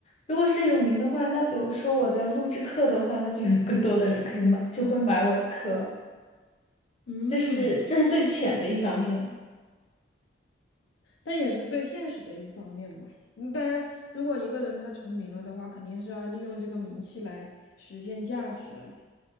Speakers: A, on the left; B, on the left.
A: 如果是有名的话，那比如说我在录制课的话，那就有更多的人可以买，就会买我的课。
B: 嗯，
A: 这是这是最浅的一方面。
B: 但也是最现实的一方面嘛。嗯当然，如果一个人他成名了的话，肯定是要利用这个名气来实现价值啊。